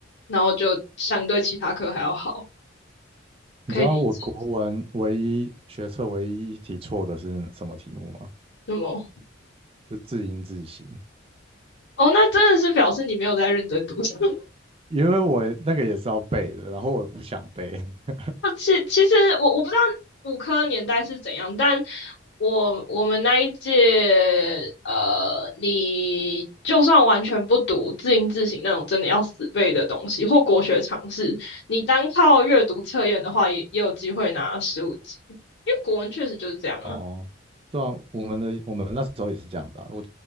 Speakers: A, on the left; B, on the right.
A: 然后就相对其他科还要好，
B: 你知道我国文唯一学测唯一一题错的是什么题目吗？
A: 可以理解。什么？
B: 是字音字形。
A: 哦，那真的是表示你没有在认真读书。
B: 因为我那个也是要背的，然后我不想背。<laughs>
A: 那其其实我我不知道五科的年代是怎样，但我我们那一届，呃，你就算完全不读字音字形那种真的要死背的东西，或国学常识，你单靠阅读测验的话也，也有机会拿十五级，因为国文确实就是这样啊。
B: 哦，对啊，我们的我们那时候也是这样的啊我